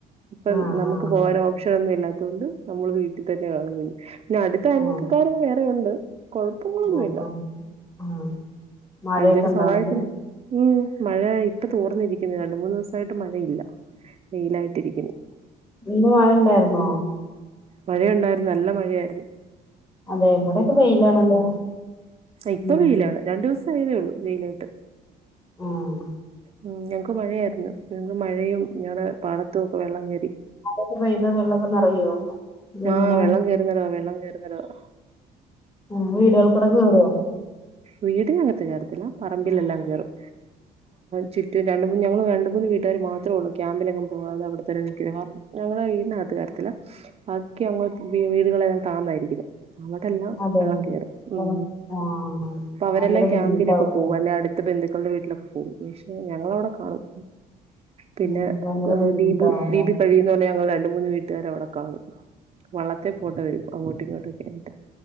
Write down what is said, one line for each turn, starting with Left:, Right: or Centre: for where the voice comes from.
Right: ഇപ്പം
Left: ആഹ്
Right: നമുക്ക്
Left: ആഹ്
Right: പോകൻ ഓപ്ഷൻ ഒന്നും ഇല്ലാത്ത കൊണ്ട് നമ്മള് വീട്ടിൽ തന്നെ കാണും കുഞ്ഞു പിന്നെ അടുത്ത അയൽവക്കക്കാരെക്കെ
Left: ആഹ്
Right: വേറെ ഉണ്ട് കൊഴപ്പങ്ങളൊന്നുമില്ല
Left: ആഹ് ആഹ് ആഹ് മഴയൊക്കെ
Right: എന്തൊരു
Left: ഉണ്ടോ
Right: സഹായത്തിനു
Left: അങ്ങട്ട്
Right: ഉം മഴ ഇപ്പ തോർന്നിരിക്കുന്നു രണ്ട് മൂന്ന് ദിവസായിട്ട് മഴയില്ല വെയിലായിട്ട് ഇരിക്കുന്നു
Left: ഇന്ന് മഴ ഇണ്ടായിരുന്നോ
Right: മഴയുണ്ടായിരുന്നു നല്ല മഴയായിരുന്നു
Left: അതെ ഇവിടെയൊക്കെ വെയിലാണല്ലോ
Right: ഇപ്പ
Left: ഉം
Right: വെയിലാണ് രണ്ടു ദിവസം തേയുള്ളു വെയിലായിട്ട്
Left: ആഹ്
Right: ഉം ഞങ്ങക്ക് മഴയായിരുന്നു ഞങ്ങക്ക് മഴയും ഞങ്ങുടെ പാടത്തും ഒക്കെ വെള്ളം കേറി
Left: അതൊക്കെ പെയ്താ വെള്ളമൊക്കെ നിറയോ ഇത് എങ്ങനെ
Right: ആഹ് വെള്ളം കയറുന്നടോ വെള്ളം കേറുന്നിടമാ
Left: ഉം വീടുകൾ ക്കൂടെ കേറുവോ
Right: വീടിനകത്ത് കയറത്തില്ല പറമ്പിലെല്ലാം കയറും ചുറ്റും രണ്ട് മൂന്ന് ഞങ്ങള് രണ്ട് മൂന്ന് വീട്ടുകാര് മാത്രേ ഉള്ളൂ ക്യാമ്പിലെന്നും പോകതെ അവിടെ തന്നെ കാരണം ഞങ്ങളെ വീടിനകത്ത് കയറത്തില്ല ബാക്കി അങ്ങോട്ട് വീടുകളെല്ലാം താന്ന ഇരിക്കുന്ന അവിടെല്ലാം
Left: അതെ
Right: വെള്ളം കയറും ഉം
Left: വെള്ളം ആഹ്
Right: അപ്പൊ അവരെല്ലാം
Left: ഭയങ്കര ബുദ്ധിമുട്ടാവൂലേ
Right: ക്യാമ്പിലൊക്കെ പോവും അല്ലെ അടുത്ത ബന്ധു മക്കളുടെ വീട്ടിലൊക്കെ പോകും പക്ഷെ ഞങ്ങള അവിടെ കാണും പിന്നെ
Left: ഉം ഭയങ്കര ബുദ്ധിമുട്ടാവൂലേ
Right: ദീപു ദീപു ഞങ്ങൾ രണ്ട് മൂന്ന് വീട്ടുകാർ അവിടെ കാണും വള്ളത്തെ പോണ്ടേ വരും അങ്ങോട്ടിങ്ങോട്ടൊക്കെ ആയിട്ട്